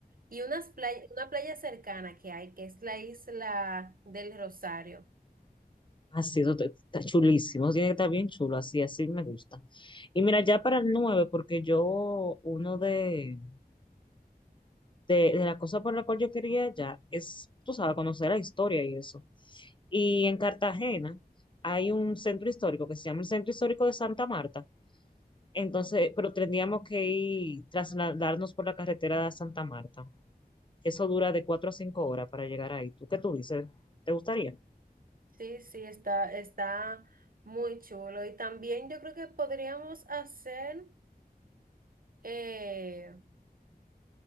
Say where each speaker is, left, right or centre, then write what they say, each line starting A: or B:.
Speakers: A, on the right (about 65°); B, on the left (about 30°).
A: Y unas play- una playa cercana que hay, que es la isla del Rosario.
B: Así, eso te- está chulísimo, eso tiene que estar bien chulo, así, así me gusta. Y mira, ya para el 9 porque yo, uno de, de, de las cosas por la cual yo quería ya es, tú sabes, conocer la historia y eso. Y en Cartagena hay un centro histórico que se llama el Centro Histórico de Santa Marta. Entonces, pero tendríamos que ir, trasladarnos por la carretera de Santa Marta. Eso dura de cuatro a cinco horas para llegar ahí. ¿Tú qué tú dices? ¿Te gustaría?
A: Sí, sí, está, está muy chulo. Y también yo creo que podríamos hacer... eh,